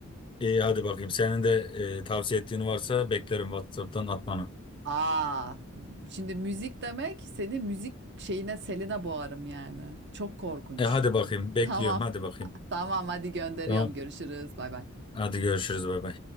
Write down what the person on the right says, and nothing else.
Aa, şimdi müzik demek seni müzik şeyine seline boğarım yani. Çok korkunç.
Tamam.
<laughs> Tamam hadi gönderiyorum.
Görüşürüz. Bay bay.